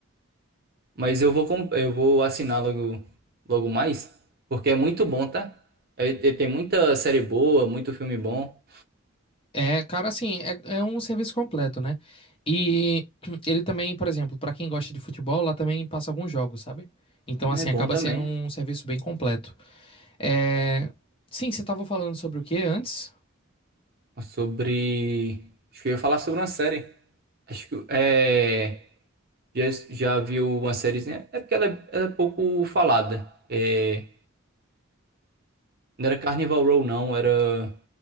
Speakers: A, on the right; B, on the left.
A: Mas eu vou, comp- eu vou assinar logo, logo mais, porque é muito bom, tá? É- é- Tem muita série boa, muito filme bom.
B: É, cara, assim, é, é um serviço completo, né? E <clears throat> ele também, por exemplo, pra quem gosta de futebol, lá também passa alguns jogos, sabe? Então,
A: Um
B: assim,
A: É bom
B: acaba
A: também.
B: sendo um serviço bem completo. É... Sim, você tava falando sobre o que antes?
A: Sobre. Acho que eu ia falar sobre uma série. Acho que é. Já, já viu uma sériezinha? É porque ela, é ela é pouco falada. É, não era Carnival Row, não. Era